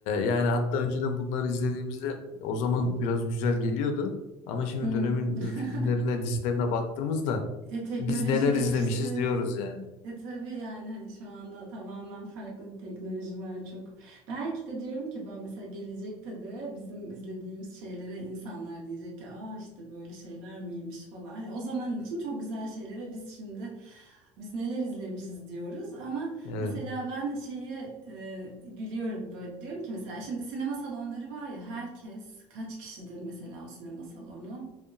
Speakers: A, on the left; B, on the right.
A: yani hatta önceden bunları izlediğimizde o zaman biraz güzel geliyordu. Ama şimdi
B: Hı.
A: dönemin
B: <laughs>
A: e, filmlerine, dizilerine baktığımızda
B: E teknoloji
A: biz neler
B: değişti.
A: izlemişiz diyoruz yani.
B: E tabii yani hani şu anda tamamen farklı bir teknoloji var çok. Belki de diyorum ki ben mesela gelecekte de bizim izlediğimiz şeylere insanlar diyecek ki aa işte böyle şeyler miymiş falan. Yani o zaman için çok güzel şeylere biz şimdi biz neler izlemişiz diyoruz ama
A: Evet.
B: mesela ben şeye e, gülüyorum böyle diyorum ki mesela şimdi sinema salonları var ya herkes kaç kişidir mesela o sinema salonu?